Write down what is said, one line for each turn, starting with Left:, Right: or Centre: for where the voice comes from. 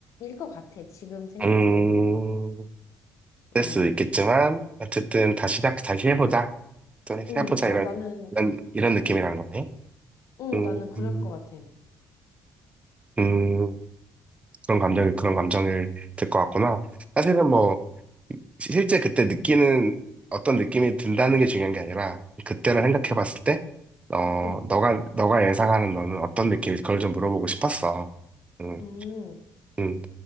Left: 것 같아. 지금 생각
Right: 음,
Left: 드는 거는.
Right: 음, 될
Left: 어.
Right: 수도 있겠지만, 어쨌든, 다시, 시작- 다시 해보자. 또
Left: 응,
Right: 해보자.
Left: 나,
Right: 이런,
Left: 나는,
Right: 이런, 이런 느낌이라는
Left: 어.
Right: 거네.
Left: 응,
Right: 음,
Left: 나는 그럴
Right: 음,
Left: 것 같아.
Right: 음. 그런 감정이 그런 감정일 들것 같구나. 사실은 뭐 시- 실제 그때 느끼는 어떤 느낌이 든다는 게 중요한 게 아니라 그때를 생각해 봤을 때 어,
Left: 응,
Right: 너가 너가 예상하는 너는 어떤 느낌인지 그걸 좀 물어보고 싶었어. 음,
Left: 응.
Right: 음.